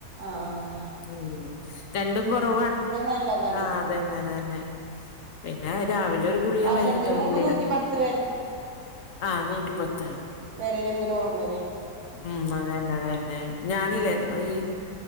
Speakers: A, on the right (about 60°); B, on the left (about 60°).
A: ആഹ് ആഹ് ആഹ്
B: ഉം രണ്ടും കൊറവാണ്
A: നല്ലതാണ്
B: ആ അതന്നെ അതന്നെ പിന്നെ രാവിലെ ഒരു ഗുളിക
A: ഭക്ഷണത്തിന്
B: വൈകിട്ട് രു
A: മുമ്പ്
B: ഗുളിക
A: നൂറ്റി പത്ത്
B: ആഹ് നൂറ്റി പ്പത്ത്
A: വേരേ നമ്മ്ക്ക് നോർമല്ല്
B: ഉം അതന്നെ അതന്നെ ഞാനില്ലേ ഈ